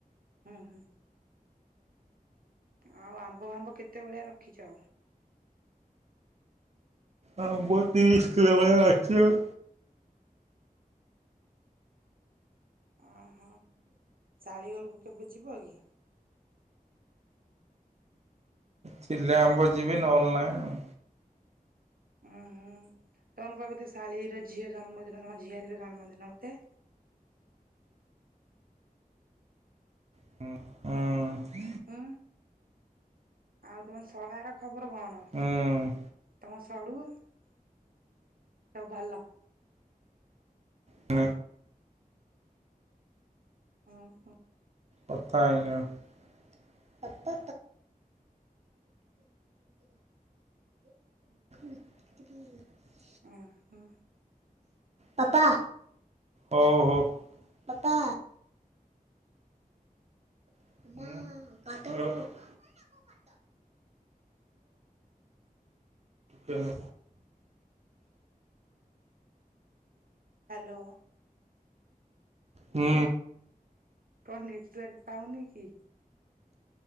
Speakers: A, on the right (about 70°); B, on the right (about 45°).
A: ହୁଁ ହୁଁ ଆଉ ଆମ୍ବ ଫାମ୍ବ କେତେ ଭଳିଆ ରଖିଛ।
B: ଆମ୍ବ ତିରିଶ କିଲୋ ଭଳିଆ ଅଛିି ଆଉ।
A: ଓହ ଶାଳିଘରକୁ କେବେ ଯିବ କି?
B: ଥିଲେ ଆମ୍ବ ଯିବି ନହେଲେ ନାହିଁ ଆଉ।
A: ଉଁ ତମର ବା ବୋଧେ ଶାଳୀର ଝିଅ ଜନ୍ମଦିନ ତମ ଝିଆରୀ ର ଜନ୍ମଦିନ ବୋଧେ।
B: ଉ ଉଁ।
A: ଅଁ ଆଉ ତମ ଶଳାର ଖବର କଣ?
B: ହୁଁ ହୁଁ।
A: ତମ ସଡୁ ସବୁ ଭଲ?
B: ତ
A: ହୁଁ
B: କଥା ହେଇନି ଆଉ। <unintelligible>
A: ଓ ହ
B: ପାପା ହ ହଉ ପାପା। <unintelligible> କେନ
A: ହ୍ୟାଲୋ।
B: ହୁଁ
A: କଣ ନେଟୱାର୍କ ପାଉନି କି?